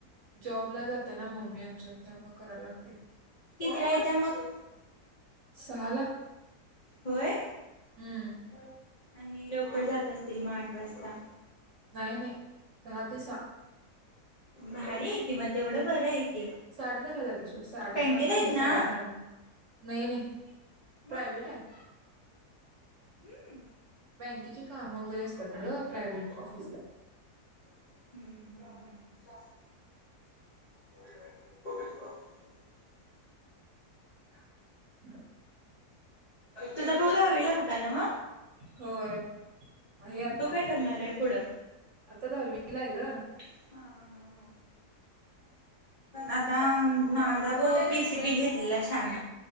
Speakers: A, on the right; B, on the left.
A: जॉब ला जात ना मम्मी आमच्या त्यामुळे करायला लागते
B: कितीला येत्या मग
A: सहाला
B: होय
A: हम्म
B: आणि लवकर जात असतील मग आठ वाजता
A: नाही नाही दहा ते सहा
B: भारी आहे की मग तेवढं बरं आहे की
A: साडे दहा ला जाते शवट साडे
B: बँकेत
A: दहा पण
B: आहेत
A: नाही
B: ना
A: साडे दहा ला नाही नाही
B: मग
A: प्रायव्ट आहे
B: हम्म
A: बँकेचे काम वगैरे असतात म प्रायव्हेट ऑफिसला
B: हम्म हम्म हम्म <unintelligible>
A: <unintelligible>
B: तुझा भाऊ दहावीला ला होता ना मग
A: हो हे आता
B: तो काय करणार आहे पुढं
A: आता वी ला आहे ग
B: हा हा हा आता माझा हो पीसी बी घेतलेला शान